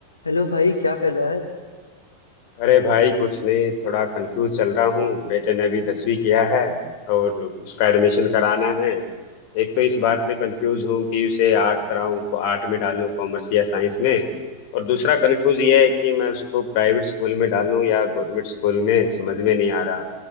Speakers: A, on the left; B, on the left.
A: Hello भाई क्या कर रहा
B: अरे भाई कुछ नहीं थोड़ा कंफ्यूज चल रहा हूँ बेटे ने अभी दसवीं किया है और उसका एडमिशन कराना है एक तो इस बात में कंफ्यूज हूँ कि उसे आर्ट कराऊँ उनको आर्ट में डालूँ कॉमर्स या साइंस में और दूसरा कंफ्यूज ये है कि मैं उसको प्राइवेट स्कूल में डालूँ या गवर्नमेंट स्कूल में समझ में नहीं आ रहा